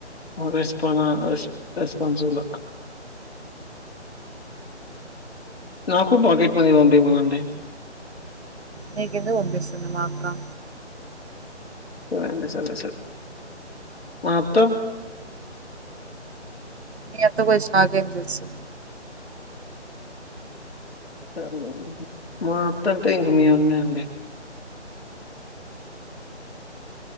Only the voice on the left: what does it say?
అ రెస్పాన రెస్ రెస్పాన్స్ బుల్ అక్క నాకు పాకెట్ మనీ పంపిమనండి.
సరే అండి సరే సరే, మాఅత్త
సరేనేండి మాత్తంటె ఇంగ మీ అమ్మె అండి.